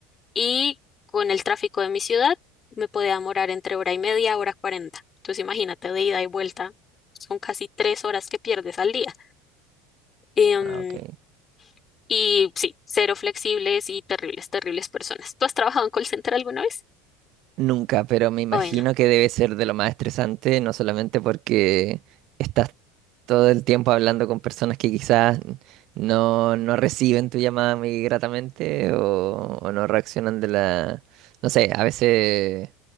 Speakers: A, on the left (about 35°); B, on the right (about 55°).
A: y con el tráfico de mi ciudad me podía demorar entre hora y media, hora cuarenta. Entonces, imagínate de ida y vuelta. Son casi tres horas que pierdes al día. Em,
B: Ah, ok.
A: Y sí, cero flexibles y terribles, terribles personas. ¿Tú has trabajado en call center alguna vez?
B: Nunca, pero me imagino
A: Bueno,
B: que debe ser de lo más estresante, no solamente porque estás todo el tiempo hablando con personas que quizás no, no reciben tu llamada muy gratamente o, o no reaccionan de la... No sé, a veces